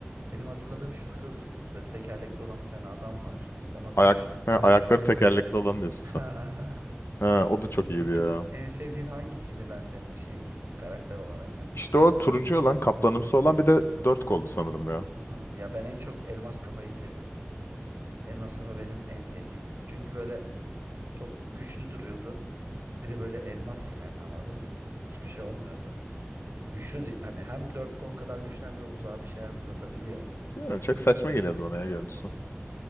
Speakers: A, on the right; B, on the left.
A: benim hatırladığım şu hız böyle tekerlekli olan bir tane adam var. Ona
B: Ayak
A: dönüşüyor.
B: ha, ayakları tekerlekli olan diyorsun
A: <laughs>
B: sen. Ha, o da çok iyiydi
A: Peki
B: ya.
A: en sevdiğin hangisiydi Benten'in şeyi karakter olarak hani?
B: İşte o turuncu olan kaplanımsı olan bir de dört koldu sanırım ya.
A: Hı, Ya ben en çok elmas kafayı seviyordum. Elmas kafa benim en sevdiğim. Çünkü böyle çok güçlü duruyordu. Bir de böyle elmas yani anladın mı? Hiçbir şey olmuyordu. Güçlü değil. hani hem dört kol kadar güçlü hem de uzağa bir şeyler fırlatabiliyor.
B: Bilmiyorum, çok saçma geliyordu bana ya görüntüsü.